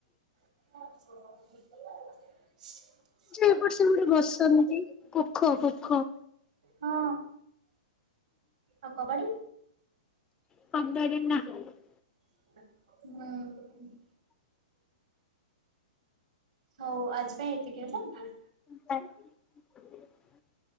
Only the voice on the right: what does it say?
<inaudible>
ହଁ। ଆଉ କବାଡି?
ହୁଁ। ହଉ ଆଜି ପାଇଁ ଏତିକି ହେଲା।